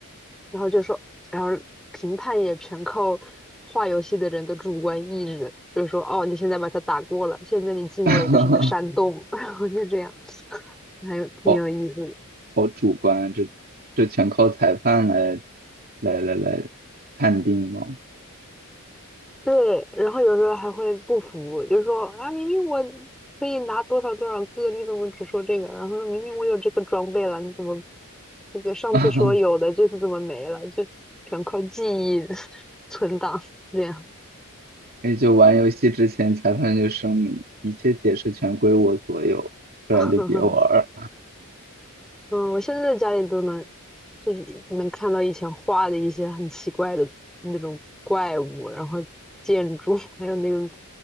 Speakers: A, in the centre; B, on the right (about 45°).
A: 然后就说，然后评判也全靠画游戏的人的主观意志，就是说，哦，你现在把它打过了，现在你进入了一个什么山洞，
B: <laughs>
A: <laughs> 然后就这样，还有挺有意思的。
B: 好好主观啊这这全靠裁判来来来来判定吗？
A: 对，然后有时候还会不服，就是说啊，明明我可以拿多少多少个，你怎么只说这个？然后说明明我有这个装备了，你怎么那个上次说有的，
B: <laughs>
A: 这次怎么没了？就全靠记忆 <laughs> 存档这样。
B: 也就玩游戏之前，裁判就声明一切解释权归我所有，不然就别玩儿。
A: <laughs> 嗯，我现在在家里都能，就是能看到以前画的一些很奇怪的那种怪物，然后建筑，<laughs> 还有那个